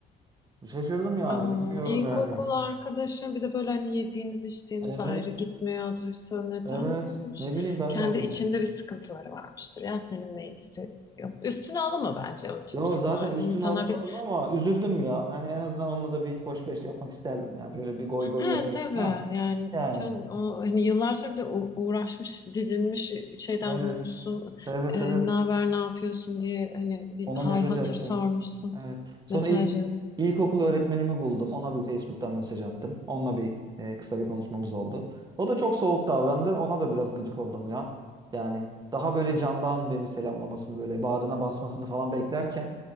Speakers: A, on the right; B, on the left.
A: Şaşırdım yani
B: Aa,
A: bilmiyorum
B: ilkokul
A: yani.
B: arkadaşım bir de böyle hani yediğiniz içtiğiniz
A: Evet.
B: ayrı gitmiyorduysa neden
A: Evet.
B: böyle böylemiş?
A: Ne bileyim ben
B: Kendi
A: de anlamadım.
B: içinde bir sıkıntıları varmıştır. Ya seninle ilgisi yok. Üstüne alınma bence o tip
A: Ya
B: durumlarda.
A: zaten üstüme
B: İnsanlar
A: alamadım
B: bir
A: ama üzüldüm ya. Hani en azından onunla da bir hoşbeş yapmak isterdim. Yani şöyle bir goy goy
B: he
A: yapalım.
B: tabii
A: Ha
B: yani
A: yani.
B: sen o hani yıllar sonra bir de u- uğraşmış, didinmiş şeyden
A: Evet.
B: bulmuşsun.
A: Evet
B: E,
A: evet.
B: ne haber, ne yapıyorsun diye hani bir
A: Ona
B: hal
A: mesaj
B: hatır
A: attım.
B: sormuşsun.
A: Evet. Sonra
B: Mesaj
A: ilk
B: yazıp.
A: ilkokul öğretmenimi buldum. Ona bir Facebook'tan mesaj attım. Onunla bir e, kısa bir konuşmamız oldu. O da çok soğuk davrandı. Ona da biraz gıcık oldum ya. Yani daha böyle candan beni selamlamasını böyle bağrına basmasını falan beklerken